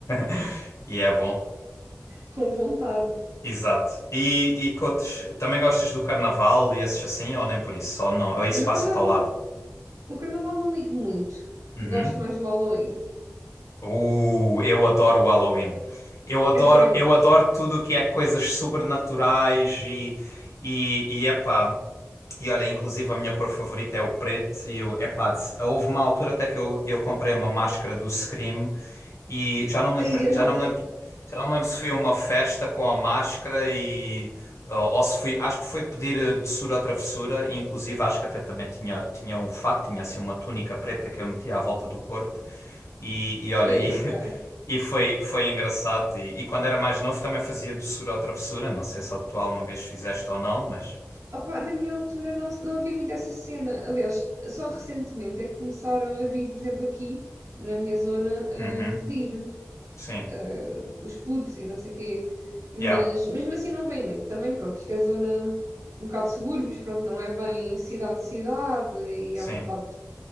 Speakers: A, on the left; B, on the right.
A: <laughs> e é bom.
B: com vontade.
A: Exato. E, e que outros? Também gostas do carnaval e esses assim, ou nem por isso? Ou não? Ou isso
B: Olha
A: passa-te
B: o carnaval
A: ao lado?
B: O carnaval não ligo muito.
A: Hum?
B: Gosto mais do Halloween.
A: Uh, eu adoro o Halloween. Eu adoro,
B: Eu também
A: eu
B: gosto.
A: adoro tudo o que é coisas sobrenaturais e, e, e epá. E olha, inclusive a minha cor favorita é o preto e o epá, de- houve uma altura até que eu, eu comprei uma máscara do Scream e já não me lembro,
B: Aí andava.
A: já não me lembro, já não me lembro se fui a uma festa com a máscara e ou, ou se fui, acho que foi pedir eh, doçura ou travessura, e inclusive acho que até também tinha tinha um fato, tinha assim uma túnica preta que eu metia à volta do corpo. E, e olha,
B: <laughs> Aí,
A: e, <laughs>
B: ok.
A: e foi, foi engraçado. E, e quando era mais novo também fazia doçura ou travessura. Não sei se tu alguma vez fizeste ou não, mas.
B: Opa, na minha altura não, não havia muito essa cena. Aliás, só recentemente é que começaram a vir, por exemplo, aqui na minha zona, a
A: Uhum.
B: pedir
A: Sim,
B: ah, com os putos e não sei o quê. Mas
A: yeah,
B: mesmo assim não vem muito. Também, pronto, isto é zona um bocado de subúrbios, pronto, não é bem cidade-cidade e
A: sim.
B: é um bocado